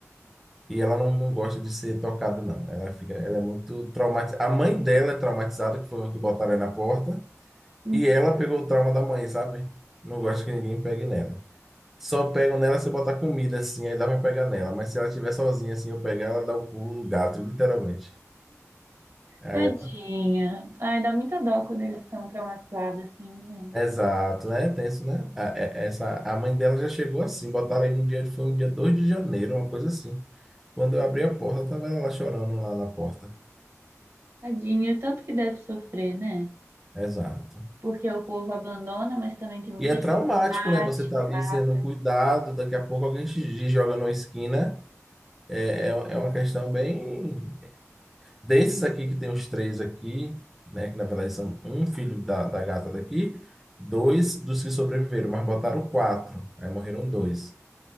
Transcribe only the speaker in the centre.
e ela não, não gosta de ser tocada, não. Ela fica, ela é muito traumatizada. A mãe dela é traumatizada, que foi o que botaram aí na porta,
e ela pegou o trauma da mãe, sabe? Não gosta que ninguém pegue nela. Só pegam nela se eu botar comida assim, aí dá pra pegar nela. Mas se ela estiver sozinha assim, eu pegar, ela dá o pulo do gato, literalmente. Aí
ela.
Exato, né? É tenso, né? A, é- essa, a mãe dela já chegou assim, botaram aí um dia, foi um dia 2 de janeiro, uma coisa assim. Quando eu abri a porta, tava ela lá chorando lá na porta.
Exato.
E é traumático,
né? Você tá
ali
sendo cuidado, daqui a pouco alguém te joga numa esquina. É, é, é uma questão bem. Desses aqui que tem os três aqui, né? Que na verdade são um filho da, da gata daqui, dois dos que sobreviveram, mas botaram quatro. Aí morreram dois.